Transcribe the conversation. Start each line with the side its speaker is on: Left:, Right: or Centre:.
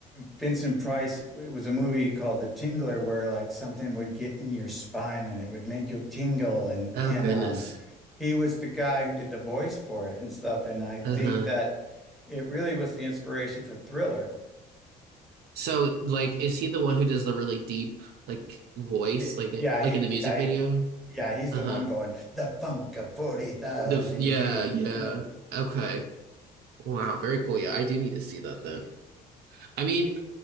Centre: Vincent Price, it was a movie called The Tingler where like something would get in your spine and it would make you tingle and
Right: Oh
Centre: and
Right: goodness.
Centre: um he was the guy who did the voice for it and stuff and I
Right: Uh-huh.
Centre: think that it really was the inspiration for Thriller.
Right: So, like, is he the one who does the really deep, like, voice,
Centre: Yeah,
Right: like, it,
Centre: yeah,
Right: like
Centre: he
Right: in the music
Centre: yeah,
Right: video?
Centre: yeah, he's
Right: Uh-huh.
Centre: the one going the funk of 40,000
Right: The f- yeah,
Centre: years,
Right: yeah.
Centre: you know.
Right: Okay. Wow, very cool. Yeah, I do need to see that then. I mean,